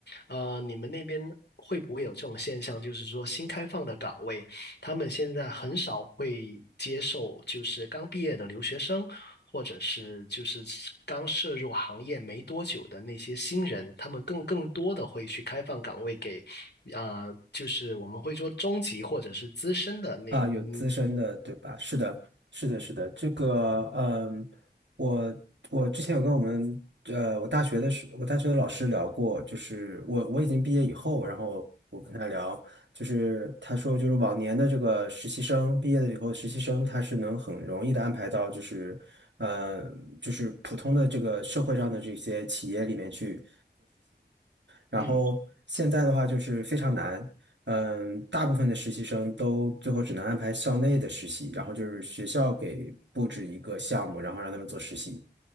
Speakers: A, on the left; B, on the right.
A: 呃，你们那边会不会有这种现象，就是说新开放的岗位，他们现在很少会接受就是刚毕业的留学生，或者是就是刚涉入行业没多久的那些新人，他们更更多的会去开放岗位给，啊，就是我们会说中级或者是资深的那，
B: 啊，
A: 嗯
B: 有资深的，对吧？是的，是的，是的。这个，嗯，我我之前有跟我们，呃，我大学的时，我大学的老师聊过，就是我我已经毕业以后，然后我跟他聊，就是他说，就是往年的这个实习生毕业了以后，实习生他是能很容易的安排到，就是，嗯，就是普通的这个社会上的这些企业里面去。然后现在的话就是非常难，
A: 嗯，嗯
B: 嗯，大部分的实习生都最后只能安排校内的实习，然后就是学校给布置一个项目，然后让他们做实习。